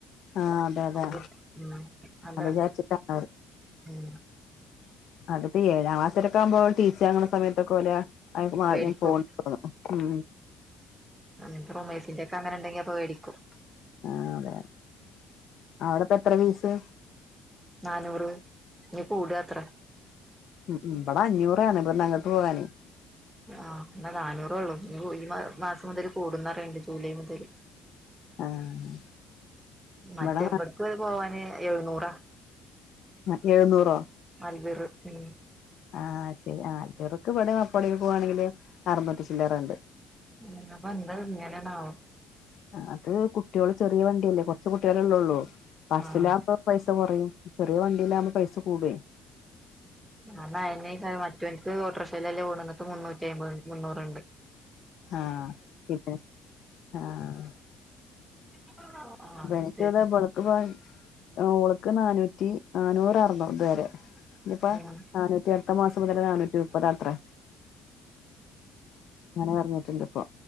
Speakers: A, on the left; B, on the right.
A: ആഹ് അതെ അതെ
B: അവ്വ് ഉം അതാണ്
A: അത് വിചാരിച്ചിട്ടാണ്
B: ഉം
A: അത്പ്പീ ഏഴാം ക്ലാസ്സാരെക്കെ ആവുമ്പൊ ടി സി വാങ്ങ്ണ സമയത്തൊക്കെ ഓലെ അയ്ക്ക് മാറി
B: വേടിക്കും
A: ഞാൻ പോണ്ട്ന്ന് ഉം
B: അങ്ങനത്തെ റൊമേയ്സിന്റെ ഒക്കെ അങ്ങനെണ്ടെങ്കി ഞാ പേടിക്കും
A: ആഹ് അതെ ആഹ് അവ്ടെപ്പെത്ര ഫീസ്
B: നാനൂറ് ഇനി കൂടാത്രെ
A: ഉം ഉം ഇബടെ അഞ്ഞൂറാണ് ഇബ്ട്ന്ന് അങ്ങട്ട് പോകാന്.
B: ആഹ് ഇന്ന് നാന്നൂറൊള്ളൂ ഇനിഒരി മാസം മുതൽ കൂടും ന്നറിയിണ്ട് ജൂലൈ മുതല്
A: ആഹ്
B: മറ്റെബ്ട്ക്ക്
A: ഇബടെ
B: പോവാന് എഴുന്നൂറാ
A: ആ എഴുന്നൂറോ
B: അൽവിറ് ഉം
A: ആഹ് ശരി. ആഹ് ഇർക്ക് ഇവിടെ അപ്പാടേൽ പോവാണെങ്കില് അറുന്നൂറ്റി ചില്ലറണ്ട്.
B: ഉം അപ്പ എന്ത ഇങ്ങനെണാവം
A: അത് കുട്ട്യേള് ചെറിയ വണ്ടിയല്ലെ കൊറ്ച്ച് കുട്ട്യളല്ലെള്ളൊള്ളൂ ബസ്സിലാവുമ്പം
B: ആഹ്
A: പൈസ കൊറയും ചെറിയ വണ്ടിയിലാവുമ്പം പൈസ കൂട്വ
B: ന്ന അയ്ന്നേക്കാരം മറ്റോനിക്ക് ഓട്ടോറക്ഷേലെല്ലേ പോവ്ണത് ഇന്നട്ട് മുന്നൂറ്റി അയ്മ്പത് മുന്നൂറ്ണ്ട്
A: ആഹ് ഇണ്ട് ആഹ്
B: <unintelligible>
A: ബനക്ക്താ
B: ശരി
A: ബൾക്ക് പോകാൻ എ് ഓള്ക്ക് നാനൂറ്റി നാന്നൂറ് ആർന്നു ഇതരെ ഇഞിപ്പ
B: ഉം
A: നാനൂറ്റി അടുത്ത മാസം മുതല് നാന്നൂറ്റി മുപ്പതാത്രേ അങ്ങനെ പറഞ്ഞിട്ടുണ്ട് ഇപ്പൊ